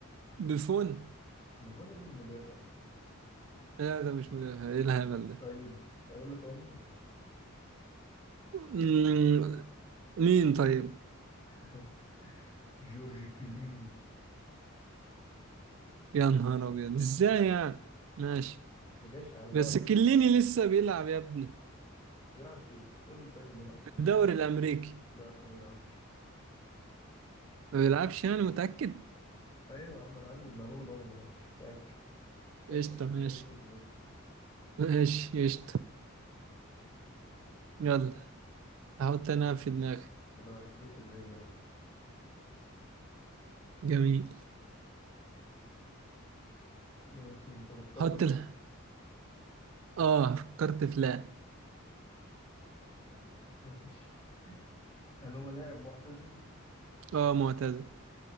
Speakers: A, on the right; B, on the left.
A: <laughs> بيفون
B: بوفون اللي مدافع
A: لا ده مش مدافع ايه الهبل ده
B: طيب اقول لك هو مين
A: مم، مين طيب
B: <laughs> جورجي كليني
A: يا نهار ابيض ازاي يعني ماشي
B: ما جاش على
A: بس
B: بالك
A: كليني
B: خالص.
A: لسه بيلعب يا ابني
B: بيلعب فين قول لي طيب بيلعب فين
A: في الدوري الامريكي
B: لا ما بيلعبش
A: ما بيلعبش يعني متاكد
B: ايوه يا عم انا عندي المعلومه اللي هو ما بيلعبش متاكد متاكد
A: قشطه ماشي
B: 100%
A: ماشي قشطه يلا هحط انا في دماغي
B: كده واحد صفر ليا اهو
A: جميل
B: ماشي انت فكرت
A: حط
B: ب-
A: ال...
B: لا
A: اه فكرت في لا
B: ماشي هل هو لاعب معتزل
A: اه معتزل